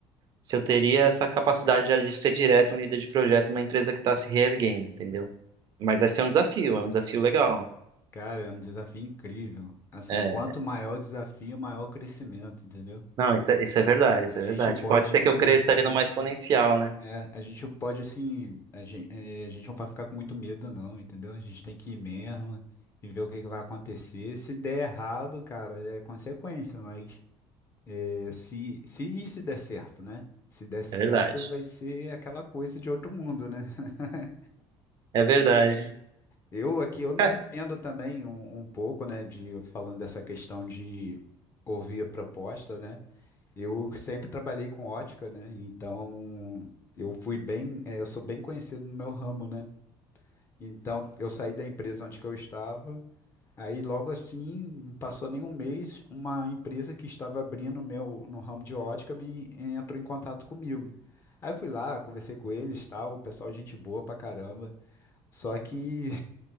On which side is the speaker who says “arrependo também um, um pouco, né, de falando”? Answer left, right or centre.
Left